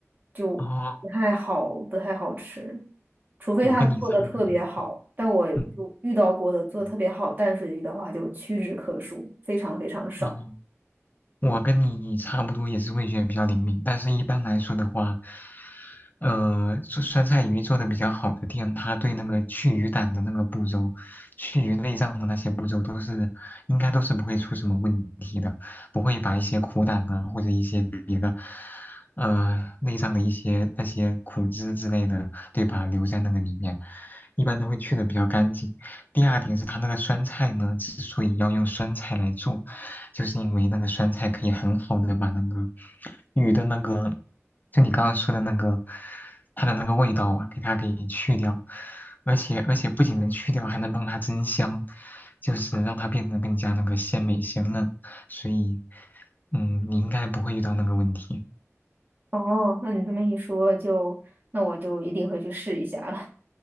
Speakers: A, on the right; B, on the left.
A: 就不太好不太好吃，
B: 啊，
A: 除非它做的特别好，
B: 我跟你差不多。
A: 但我就遇到过的做的特别好淡水鱼的话就屈指可数，
B: 嗯，嗯
A: 非常非常少。
B: 哦。我跟你差不多也是味觉比较灵敏，但是一般来说的话，呃，做酸菜鱼做的比较好的店，它对那个去鱼胆的那个步骤、去鱼内脏的那些步骤都是应该都是不会出什么问题的，不会把一些苦胆啊或者一些别的呃内脏的一些那些苦汁之类的，对吧，留在那个里面，一般都会去的比较干净。第二点是它那个酸菜呢，之所以要用酸菜来做。就是因为那个酸菜可以很好的把那个鱼的那个，就你刚刚说的那个，它的那个味道啊，给它给去掉，而且而且不仅能去掉，还能帮它增香，就是让它变得更加那个鲜美鲜嫩，所以，嗯，你应该不会遇到那个问题，
A: 哦，那你这么一说就，那我就一定会去试一下了。